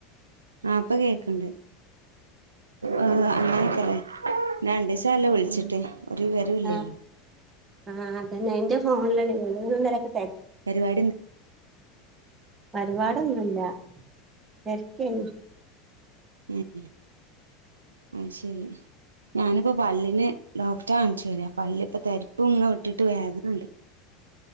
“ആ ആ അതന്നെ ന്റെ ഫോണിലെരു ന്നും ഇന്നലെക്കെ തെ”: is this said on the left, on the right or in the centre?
Right